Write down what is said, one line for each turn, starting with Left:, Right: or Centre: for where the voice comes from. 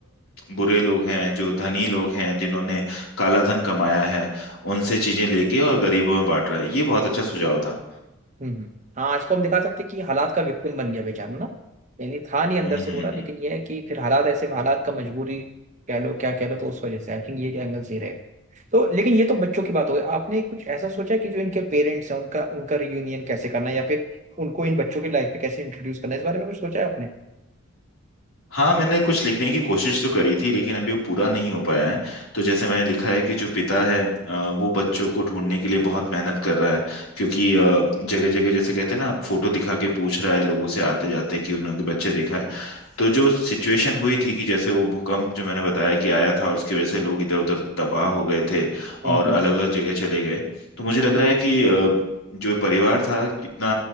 Left: अ, बुरे लोग हैं जो धनी लोग हैं जिन्होंने काला धन कमाया है उनसे चीजें लेके और गरीबों में बांट रहा है ये बहुत अच्छा सुझाव था
Right: हम्म हम्म। हाँ इसको हम दिखा सकते हैं कि हालात का विक्टिम बन गया बेचारा ना यानी था नहीं अंदर
Left: हम्म
Right: से
Left: हम्म
Right: बुरा
Left: हम्म
Right: लेकिन ये है कि फिर हालात ऐसे हालात का मजबूरी कह लो क्या कह लो तो उस वजह से आई थिंक ये एंगल सही रहेगा तो लेकिन ये तो बच्चों की बात हो गई आपने कुछ ऐसा सोचा कि जो इनके पेरेंट्स हैं उनका उनका रियूनियन कैसे करना है या फिर उनको इन बच्चों की लाइफ में कैसे इंट्रोड्यूस करना है इस बारे में कुछ सोचा है आपने
Left: हाँ मैंने कुछ लिखने की कोशिश तो करी थी लेकिन अभी वो पूरा नहीं हो पाया है तो जैसे मैंने लिखा है कि जो पिता है अ, वो बच्चों को ढूंढने के लिए बहुत मेहनत कर रहा है क्योंकि जगह जगह जैसे कहते हैं ना फोटो दिखा के पूछ रहा है लोगों से आते जाते कि उन्होंने बच्चे देखा है तो जो सिचुएशन हुई थी कि जैसे वो भूकंप जो मैंने बताया कि आया था और उसकी वजह से लोग इधर उधर तबाह हो गए थे
Right: हम्म
Left: और
Right: हम्म
Left: अलग अलग जगह चले गए तो मुझे लग रहा है
Right: ठीक
Left: कि
Right: है
Left: अ, जो परिवार था कितना